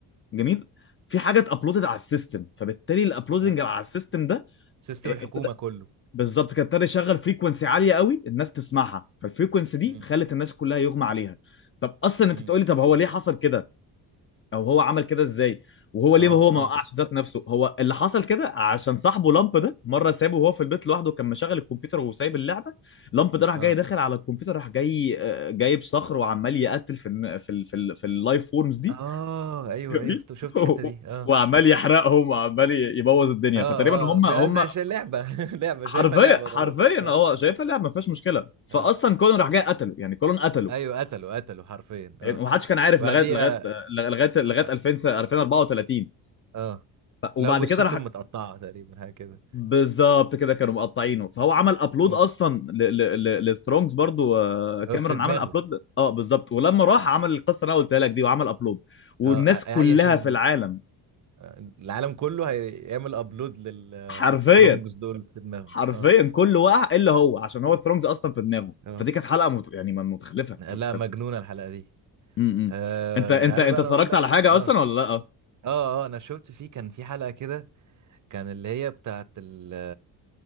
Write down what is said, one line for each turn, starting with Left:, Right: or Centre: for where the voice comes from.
Left: جميل في حاجه اتابلودت على السيستم فبالتالي الابلودنج
Right: اه
Left: على السيستم ده
Right: سيستم
Left: إيه،
Right: الحكومه
Left: ابتدى
Right: كله
Left: بالظبط كان ابتدى يشغل فريكونسي عاليه قوي الناس تسمعها فالفريكونسي دي
Right: مم.
Left: خلت الناس كلها يغمى عليها طب اصلا انت
Right: مم.
Left: تقولي طب هو ليه حصل كده او هو عمل كده ازاي وهو
Right: ما
Left: ليه
Right: هو
Left: ما هو
Right: اه
Left: ما وقعش ذات نفسه هو اللي حصل كده عشان صاحبه لامب ده مره سابه وهو في البيت لوحده كان مشغل الكمبيوتر وسايب اللعبه لامب ده راح
Right: اه
Left: جاي داخل على الكمبيوتر راح جاي آه، جايب صخر وعمال يقتل في الن- في ال- في ال- في اللايف فورمز دي
Right: اه ايوه
Left: جميل
Right: ايوه فت- شفت
Left: <laughs>
Right: الحته دي اه
Left: وعمال يحرقهم وعمال ي- يبوظ الدنيا
Right: اه
Left: فتقريبا هم
Right: اه بقى ده
Left: هم
Right: عشان لعبه <laughs> لعبه
Left: حرفيا
Right: شايفها لعبه
Left: حرفيا
Right: خلاص اه
Left: هو شايفها اللعبه ما فيهاش مشكله فاصلا
Right: اه
Left: كولن راح جاي قتله يعني كولن قتله
Right: ايوه قتلوا قتلوا حرفيا اه
Left: ومحدش كان عارف
Right: وبعديها
Left: لغايه لغايه لغايه لغايه
Right: اه
Left: 2000 2034
Right: آه.
Left: ف- وبعد
Right: لقوا
Left: كده
Right: جثتهم
Left: راح
Right: متقطعه تقريبا حاجه كده
Left: بالظبط كده كانوا مقطعينه فهو عمل ابلود
Right: مم.
Left: اصلا للثرونجز برضو آه، كاميرون
Right: آه، في دماغه
Left: عمل ابلود ل- اه بالظبط ولما راح عمل القصه اللي انا قلتها لك دي وعمل ابلود والناس
Right: اه ع-
Left: كلها
Right: هي عشان
Left: في العالم
Right: آه، العالم كله هيعمل ابلود للسترونجز
Left: حرفيا
Right: دول في دماغهم
Left: حرفيا
Right: اه
Left: كله وقع الا هو عشان هو الثرونجز اصلا في دماغه
Right: اه
Left: فدي كانت حلقه مت... يعني من- متخلفه
Right: لا
Left: كانت كانت
Right: مجنونه الحلقه دي
Left: م- م.
Right: آه
Left: انت انت
Right: تعالى
Left: انت
Right: بقى
Left: اتفرجت
Right: انا اقول لك
Left: على حاجه
Right: اه
Left: اصلا ولا لا
Right: اه اه انا شفت فيه كان في حلقة كده كان اللي هي بتاعت ال